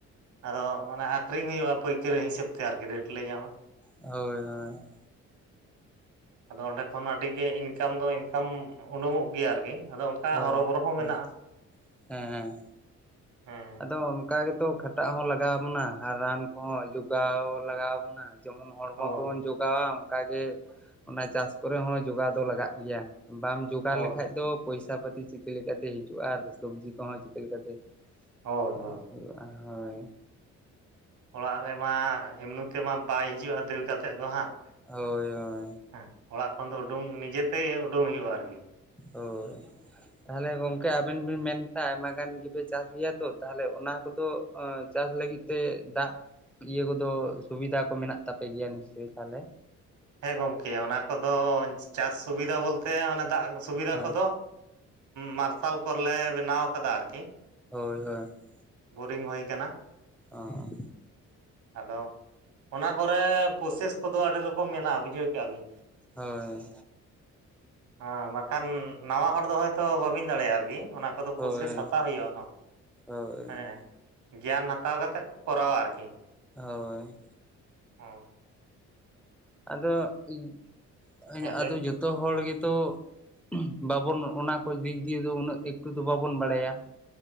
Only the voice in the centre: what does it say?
ᱦᱳᱭ ᱦᱳᱭ
ᱦᱳᱭ
ᱦᱳᱭ
ᱦᱮᱸ ᱦᱮᱸ
ᱟᱫᱚ ᱚᱱᱠᱟ ᱜᱮᱛᱚ ᱠᱷᱟᱴᱟᱜ ᱦᱚᱸ ᱞᱟᱜᱟᱣ ᱵᱚᱱᱟ ᱟᱨ ᱨᱟᱱ ᱠᱚᱦᱚᱸ ᱡᱚᱜᱟᱣ ᱞᱟᱜᱟᱣ ᱵᱚᱱᱟ ᱾ ᱡᱮᱢᱚᱱ ᱦᱚᱲᱢᱚ
ᱠᱚᱵᱚᱱ ᱡᱩᱜᱟᱣᱟ ᱚᱝᱠᱟ ᱜᱮ ᱚᱱᱟ ᱪᱟᱥ ᱠᱚᱨᱮ ᱦᱚᱸ ᱡᱚᱜᱟᱣ ᱫᱚ ᱞᱟᱜᱟᱜ ᱜᱮᱭᱟ ᱾ ᱵᱟᱢ ᱡᱚᱜᱟᱲ
ᱞᱮᱠᱷᱟᱡ ᱫᱚ ᱯᱚᱭᱥᱟ ᱯᱟᱹᱛᱤ ᱪᱤᱠᱟᱹ ᱞᱮᱠᱟᱛᱮ ᱦᱤᱡᱩᱜᱼᱟ ᱟᱨ ᱥᱚᱵᱡᱤ ᱠᱚᱦᱚᱸ ᱪᱤᱠᱟᱹ ᱞᱮᱠᱟᱛᱮ
ᱠᱚ
ᱦᱩᱭᱩᱜᱼᱟ ᱦᱳᱭ
ᱦᱳᱭ ᱦᱳᱭ
ᱦᱳᱭ ᱛᱟᱦᱮᱞᱮ ᱜᱚᱝᱠᱮ ᱟᱵᱤᱱ ᱵᱤᱱ ᱢᱮᱱ ᱠᱮᱫᱟ ᱟᱭᱢᱟ ᱜᱟᱱ ᱜᱮᱯᱮ ᱪᱟᱥ ᱜᱮᱭᱟ ᱛᱚ ᱛᱟᱦᱚᱞᱮ ᱚᱱᱟ ᱠᱚᱫᱚ ᱪᱟᱥ ᱞᱟᱹᱜᱤᱫ ᱛᱮ ᱫᱟᱜ ᱤᱭᱟᱹ ᱠᱚᱫᱚ ᱥᱩᱵᱤᱫᱟ ᱠᱚ ᱢᱮᱱᱟᱜ ᱛᱟᱯᱮ ᱜᱮᱭᱟ ᱱᱤᱥᱪᱚᱭ ᱛᱟᱦᱞᱮ?
ᱦᱮᱸ
ᱦᱳᱭ ᱦᱚᱭ <unintelligible> ᱾
ᱚᱸ
ᱦᱳᱭ
ᱦᱳᱭ
ᱦᱳᱭ
ᱦᱳᱭ
ᱟᱫᱚ ᱤᱧ
<unintelligible>
ᱟᱫᱚ
ᱡᱚᱛᱚ ᱡᱚᱛᱚ ᱦᱚᱲ ᱜᱮᱛᱚ <inaudible> ᱵᱟᱵᱚᱱ ᱚᱱᱟ ᱠᱚ ᱫᱤᱠ ᱫᱤᱭᱮ ᱫᱚ ᱩᱱᱟᱹᱜ ᱮᱠᱴᱩ ᱫᱚ ᱵᱟᱵᱚᱱ ᱵᱟᱲᱟᱭᱟ